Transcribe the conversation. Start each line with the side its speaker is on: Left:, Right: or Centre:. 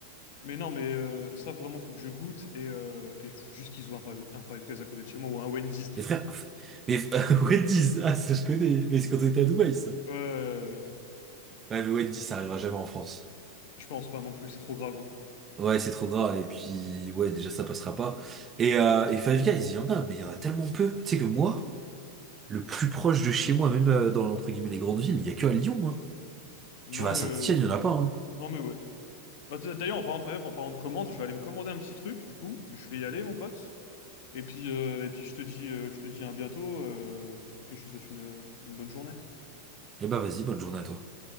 Left: Mais non, mais euh, ça, vraiment, faut que je goûte. Et euh, et faut juste qu'ils ouvrent un Five, un Five Guys à côté de chez moi ou un Wendy's, tu
Right: Et frère,
Left: vois.
Right: <laughs> mais <laughs> Wendy's, ah, ça je connais, mais c'est quand on était à Dubaï, ça.
Left: Ouais, ouais, ouais, ouais.
Right: Ouais, mais Wendy's, ça arrivera jamais en France.
Left: je pense pas non plus, c'est trop gras, gros.
Right: Ouais, c'est trop gras, et puis, ouais, déjà, ça passera pas. Et, euh, et Five Guys, il y en a, mais il y en a tellement peu. Tu sais que moi, le plus proche de chez moi, même euh, dans, entre guillemets, les grandes villes, il y a que à Lyon, hein.
Left: Non,
Right: Tu vas
Left: mais.
Right: à Saint-Étienne, il y en a pas, hein.
Left: Non mais ouais. Bah, d- D'ailleurs, en parlant de Five, en parlant de commande, je vais aller me commander un petit truc, du coup, je vais y aller, mon pote. Et puis, euh, et puis je te dis, euh, je te dis à bientôt, euh, et puis je te souhaite une, une bonne journée.
Right: Eh bah vas-y, bonne journée à toi.